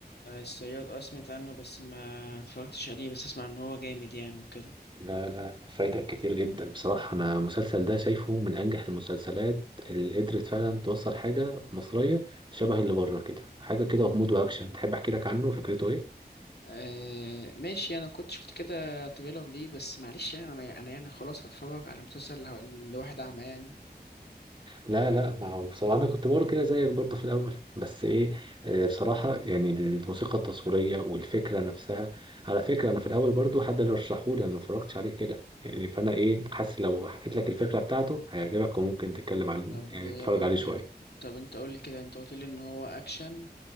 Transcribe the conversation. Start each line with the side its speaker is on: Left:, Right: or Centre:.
Left: آه الصياد اه سمعت عنه بس ما اتفرجتش عليه بس اسمع ان هو جامد يعني وكده
Right: لا لا فايتك كتير جدا بصراحه انا المسلسل ده شايفه من انجح المسلسلات اللي قدرت فعلا توصل حاجه مصريه شبه اللي بره كده حاجه كده غموض واكشن تحب احكي لك عنه فكرته ايه
Left: آه ماشي انا كنت شفت كده تريلر ليه بس معلش يعني انا انا يعني خلاص هتفرج على مسلسل لو- لواحد اعمى يعني
Right: لا لا ما هو بصراحة أنا كنت برضه كده زيك برضه في الأول بس إيه آه، بصراحة يعني الموسيقى التصويرية والفكرة نفسها على فكرة أنا في الأول برضه حد اللي رشحهولي أنا ما اتفرجتش عليه كده يعني فأنا إيه حاسس لو حكيت لك الفكرة بتاعته هيعجبك وممكن تتكلم عن
Left: طب
Right: يعني
Left: آه،
Right: تتفرج
Left: قول
Right: عليه
Left: لي
Right: شوية
Left: طب انت قول لي كده انت قلت لي ان هو اكشن